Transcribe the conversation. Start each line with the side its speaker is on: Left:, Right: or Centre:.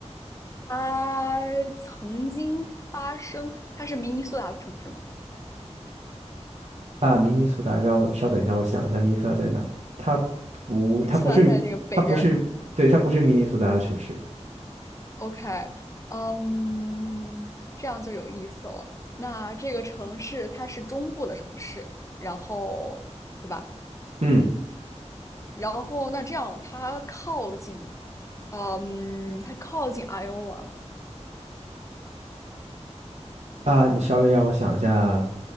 Left: 它曾经发生，它是明尼苏达的城市吗？
Right: 啊，明尼苏达，让我稍等一下，我想一下，明尼苏达在哪？它不，
Left: 明尼苏达在那个北边儿。
Right: 它不是明，它不是，对，它不是明尼苏达的城市。
Left: OK，嗯，这样就有意思了。那这个城市它是中部的城市，然后对吧？
Right: 嗯，
Left: 然后那这样，它靠近，嗯，它靠近 Iowa 嘛
Right: 啊，你稍微让我想一下，